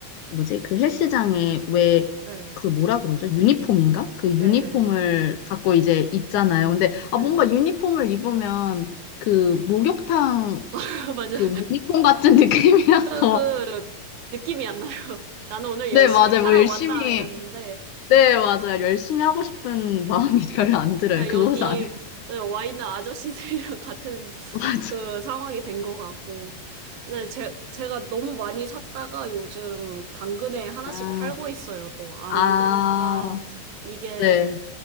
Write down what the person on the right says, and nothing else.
네.
네, 네.
네.
<laughs> 맞아요.
그 그 느낌이 안 나요. <laughs> 나는 오늘
열심히
하러
왔다 이랬는데
그냥
여기
네, 와 있는 아저씨들이랑 <laughs> 같은
그 상황이 된 것 같고. 근데 제, 제가 너무 많이 샀다가 요즘 당근에 하나씩
팔고 있어요, 또. 안
그러니까 이게